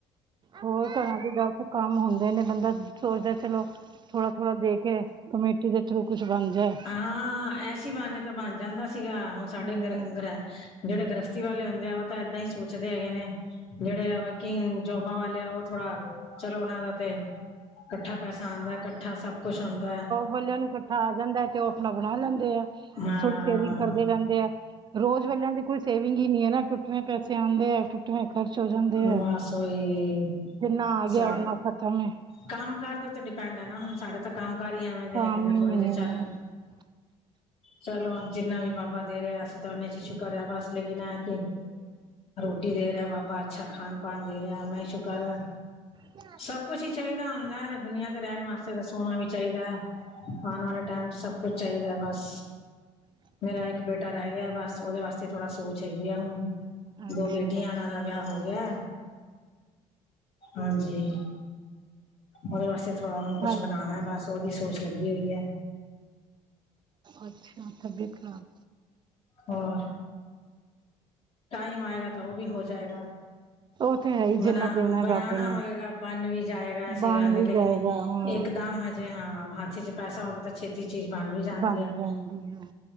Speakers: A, on the right; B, on the left.
A: ਹੋਰ ਘਰਾਂ ਦੇ ਬਸ ਕੰਮ ਹੁੰਦੇ ਨੇ ਬੰਦਾ ਸੋਚਦਾ ਚਲੋ ਥੋੜਾ ਥੋੜਾ ਦੇ ਕੇ, ਕਮੇਟੀ ਦੇ ਥਰੂ ਕੁਛ ਬਣ ਜਾਏ।
B: ਹਾਂ ਐਸੀ ਬਹਾਨੇ ਤਾਂ ਬਣ ਜਾਂਦਾ ਸੀਗਾ, ਹੁਣ ਸਾਡੇ
A: ਹੂੰ
B: ਗਰ ਗ੍ਰਹਿ ਜਿਹੜੇ ਗ੍ਰਹਸਤੀ ਵਾਲੇ ਹੁੰਦੇ ਆ ਉਹ ਤਾਂ ਏਦਾਂ ਹੀ ਸੋਚਦੇ ਹੈਗੇ ਨੇ। ਜਿਹੜੇ ਐ ਵਰਕਿੰਗ ਜੋਬਾਂ ਵਾਲੇ ਐ, ਉਹ ਥੋੜਾ ਚਲੋ ਉਹਨਾਂ ਦਾ ਤੇ ਇਕੱਠਾ ਪੈਸਾ ਆਉਂਦਾ ਇਕੱਠਾ ਸਬ ਕੁੱਛ ਹੁੰਂਦਾ ਹੈ।
A: ਵੱਲਿਆਂ ਨੂੰ ਇਕੱਠਾ ਆ ਜਾਂਦਾ ਹੈ, ਤੇ ਉਹ ਆਪਣਾ ਬਣਾ ਲੈਂਦੇ ਆ
B: ਹਾਂ
A: ਥੋੜੀ ਸੇਵਿੰਗ ਕਰਦੇ ਰਹਿੰਦੇ ਆ। ਰੋਜ਼ ਵੇਲਿਆਂ ਦੇ ਕੋਈ ਸੇਵਿੰਗ ਹੀ ਨੀ ਹੈ ਨਾ, ਟੁੱਟਵੇਂ ਪੈਸੇ ਆਉਂਦੇ ਹੈ ਟੁੱਟਵੇਂ ਖਰਚ ਹੋ ਜਾਂਦੇ ਐ,
B: ਬਸ ਉਹੀ
A: ਜਿੰਨਾ ਆ ਗਿਆ
B: ਸਾ
A: ਓਨਾ ਖਤਮ ਹੈ
B: ਕੰਮ ਕਾਰ ਦੇ ਉੱਤੇ ਡਿਪੈਂਡ ਹੈ ਨਾ, ਹੁਣ ਸਾਡੇ ਤਾਂ ਕੰਮ ਕਾਰ ਹੀ ਐਵੇਂ ਦੇ
A: ਕੰਮ
B: ਹੈਗੇ ਨੇ
A: ਹੀ
B: ਥੋੜ੍ਹੇ
A: ਨਹੀਂ
B: ਜਿਹੇ
A: ਹੈ
B: ਚੱਲ
A: ਨਾ
B: ਚਲੋ ਜਿੰਨਾ ਵੀ ਬਾਬਾ ਦੇ ਰਿਹਾ ਅਜ ਓਹਨੇ ਚ ਸ਼ੁਕਰ ਹੈ ਬਸ, ਲਕਿਨ ਐ ਹੈ ਕਿ ਰੋਟੀ ਦੇ ਰਿਹਾ ਬਾਬਾ ਅੱਛਾ ਖਾਣ ਪਾਣ ਦੇ ਰਿਹਾ, ਏਨਾ ਈ ਸ਼ੁਕਰ ਐ
A: ਹਮ। <inaudible>
B: ਸਭ ਕੁਛ ਹੀ ਚਾਹੀਦਾ ਹੁੰਦਾ ਹੈ ਦੁਨੀਆਂ ਤੇ ਰਹਿਣ ਵਾਸਤੇ, ਤਾਂ ਸੋਣਾ ਵੀ ਚਾਹੀਦਾ ਹੈ ਆਉਣ ਵਾਲੇ ਟਾਈਮ ਚ ਸਭ ਕੁਛ ਚਾਹੀਦਾ ਬਸ।
A: <inaudible>
B: ਮੇਰਾ ਇੱਕ ਬੇਟਾ ਰਹਿ ਗਿਆ ਬਸ, ਉਹਦੇ ਵਾਸਤੇ ਥੋੜਾ ਸੋਚ ਹੈਗੀ ਆ ਹੁਣ।
A: ਅੱਛਾ
B: ਦੋ ਬੇਟੀਆਂ ਇਹਨਾਂ ਦਾ ਵਿਆਹ ਹੋ ਗਿਆ। ਹਾਂਜੀ, ਉਹਦੇ ਵਾਸਤੇ ਥੋੜਾ ਹੁਣ ਕੁਛ
A: ਹਾਲ
B: ਬਣਾਉਣਾ ਬਸ। ਉਹਦੀ ਸੋਚ ਲੱਗੀ ਹੋਈ ਹੈ।
A: ਅੱਛਾ ਤਬੀਅਤ ਖ਼ਰਾਬ
B: ਹੋਰ? ਟਾਈਮ ਆਏਗਾ ਤਾਂ ਉਹ ਵੀ ਹੋ ਜਾਏਗਾ।
A: ਉਹ ਤੇ ਹੈ ਹੀ
B: ਬਣਾ
A: ਜਿੰਨਾ ਦੇਣਾ ਹੈ
B: ਬਣਾਣਾ
A: ਬਾਬੇ ਨੇ
B: ਹੋਏਗਾ ਬਣ ਵੀ ਜਾਏਗਾ ਐਸੀ
A: ਬਣ
B: ਗੱਲ ਨੀ
A: ਵੀ
B: ਲੇਕਿਨ
A: ਜਾਏਗਾ
B: ਇੱਕਦਮ
A: ਹਾਂ
B: ਹਜ ਜੀ ਹਾਂ, ਹੱਥ ਚ ਪੈਸਾ ਹੋਵੇ ਤਾਂ ਛੇਤੀ ਚੀਜ਼ ਬਣ ਵੀ ਜਾਂਦੀ
A: ਬਣ
B: ਹੈ।
A: ਜਾਂਦੀ ਹੈ